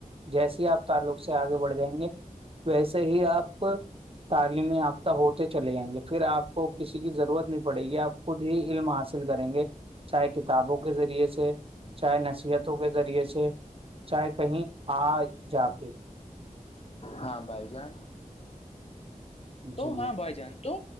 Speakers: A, on the right; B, on the left.
A: جیسیے آپ تعلق سے آگے بڑھ جائیں گے ویسے ہی آپ تعلیم یافتہ ہوتے چلے جیں گے پھر آپ کو کسی کی ضرورت نہیں پڑے گی آپ خود ہی علم حاصل کریں گے چاہے کتابوں کے ذریعے سے چاہے نصیحتوں کے ذریعے سے چاہے کہیں آ جا کے
B: ہاں بھائی جان
A: جی
B: تو ہاں بائی جان تو